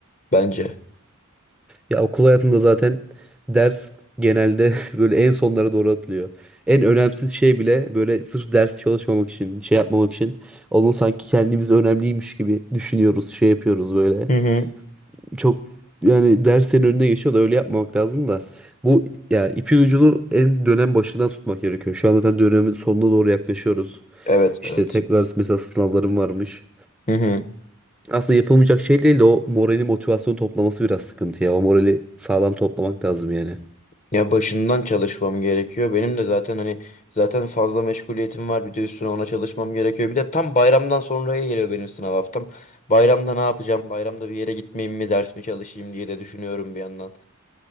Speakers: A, on the left; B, in the centre.
A: bence.
B: Ya okul hayatında zaten ders genelde <laughs> böyle en sonlara doğru atılıyor. En önemsiz şey bile böyle sırf ders çalışmamak için, şey yapmamak için onu sanki kendimiz önemliymiş gibi düşünüyoruz, şey yapıyoruz böyle.
A: Hı hı.
B: Çok yani derslerin önüne geçiyor da öyle yapmamak lazım da. Bu ya ipin ucunu en dönem başından tutmak gerekiyor. Şu an zaten dönemin sonuna doğru yaklaşıyoruz.
A: Evet
B: İşte
A: evet.
B: tekrar mesela sınavlarım varmış.
A: Hı hı.
B: Aslında yapılmayacak şey değil de o morali motivasyonu toplaması biraz sıkıntı ya. O morali sağlam toplamak lazım yani.
A: Ya başından çalışmam gerekiyor. Benim de zaten hani zaten fazla meşguliyetim var. Bir de üstüne ona çalışmam gerekiyor. Bir de tam bayramdan sonraya geliyor benim sınav haftam. Bayramda ne yapacağım? Bayramda bir yere gitmeyeyim mi, ders mi çalışayım diye de düşünüyorum bir yandan.